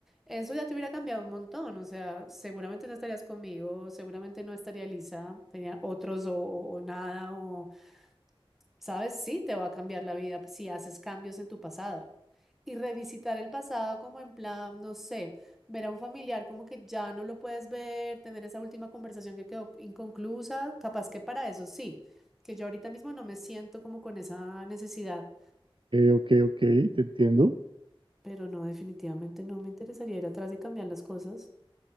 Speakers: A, in the centre; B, on the right (about 60°).
A: Eso ya te hubiera cambiado un montón, o sea, seguramente no estarías conmigo, seguramente no estaría Lisa, tenía otros o, o nada, o ¿Sabes? Sí, te va a cambiar la vida si haces cambios en tu pasado. Y revisitar el pasado como en plan, no sé, ver a un familiar como que ya no lo puedes ver, tener esa última conversación que quedó inconclusa, capaz que para eso sí, que yo ahorita mismo no me siento como con esa necesidad,
B: Ok, ok, ok, te entiendo.
A: pero no, definitivamente no me interesaría ir atrás y cambiar las cosas.